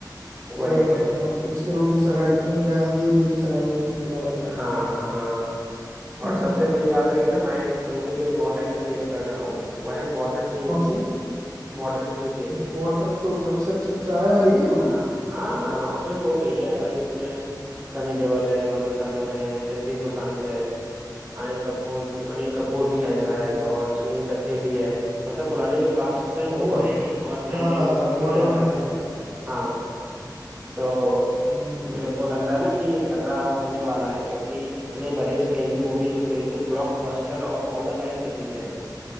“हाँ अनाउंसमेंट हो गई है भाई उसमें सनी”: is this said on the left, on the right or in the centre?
Right